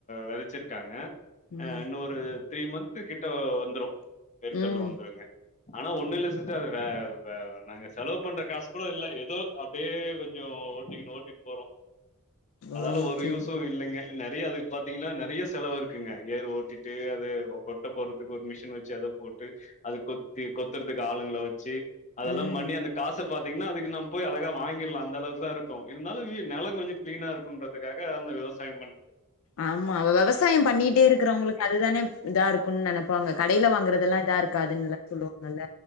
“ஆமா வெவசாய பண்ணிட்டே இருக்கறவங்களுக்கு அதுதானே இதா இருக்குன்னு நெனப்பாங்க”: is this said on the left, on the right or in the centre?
Left